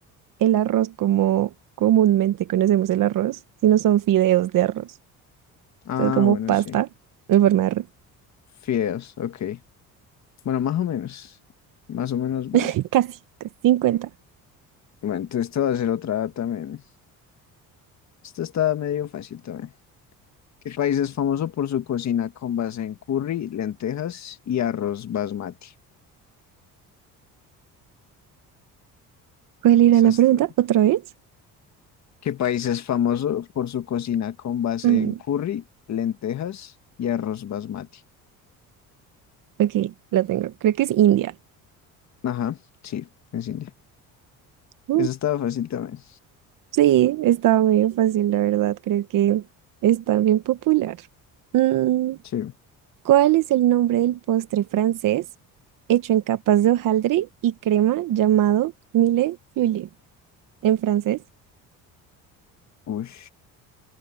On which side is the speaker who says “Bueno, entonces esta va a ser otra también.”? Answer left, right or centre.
Left